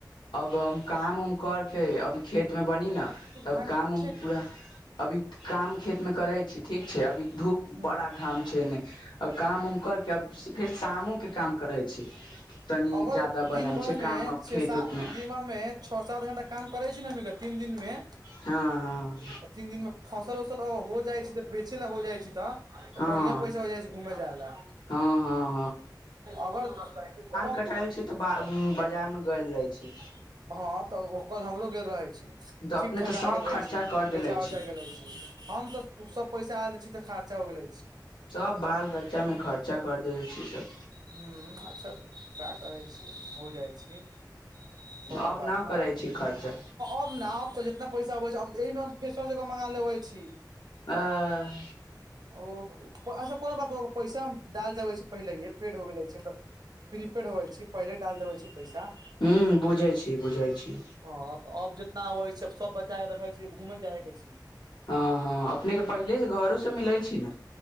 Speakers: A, on the left; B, on the right.
A: अब हम काम उम करके अभ खेत मे बनी न
B: एक
A: तब
B: घंटा
A: काम उम पूरा अभी काम खेत में करै छी ठीक छै अभी धूप
B: ह
A: बड़ा घाम छै ने काम उम करके फेर शामो के काम करै छी तनी
B: अगर
A: ज्यादा
B: दिन
A: बनाइ
B: भर
A: छै
B: मे
A: काम आब
B: छे
A: खेत
B: सात
A: उतमें
B: दिन मे छओ सात घंटा काम करै छी ने हम तीन दिन मे
A: हँ हँ
B: तीन दिन मेँ फसल उसल हो जाइ छै तऽ बेचे ला हो जाइ छै तऽ
A: हँ
B: बढ़िआँ पैसा हो जाइ छै घूमय जाय ल
A: हँ हँ
B: अगर कम
A: कटाल छी तऽ बाजार में गैल रहे छी
B: हँ तऽ ओ कल हमरो गेल रहे छी
A: तऽ अपने
B: ठीक ठका
A: तऽ सब
B: आ गेल
A: खर्चा
B: रहै छी
A: कर देले
B: बेचा
A: छी
B: उचा गेल रहै छी हम तऽ उ सब पैसा आ द छै तऽ खर्चा हो गेले छी
A: सब बाल बच्चा में खर्चा कर देबै छी सब
B: हू अच्छा का करै छी हो जाइ छी कोनो
A: अब
B: बात
A: न
B: ना
A: करै छी खर्चा
B: अब न अब तऽ जितना पैसा अबै छै आ एहिमे हम फेसो सबजग मंगा लेबै छी
A: आ <inaudible>
B: ओ अच्छा कोनो बात पैसा डाल देबे छै पहिलेे पेड हो गेलै छी प्रीपेड होवे छै पहिले डाल देेवय छै पैसा
A: हूँ बुझै छी बुझै छी
B: हँ तऽ अब जितना अबै छै सब बच्चा के देखै छी घूमे जाय के छी
A: हँ हँ अपनेके पहिलेसँ घरोसँ मिलैत छी ने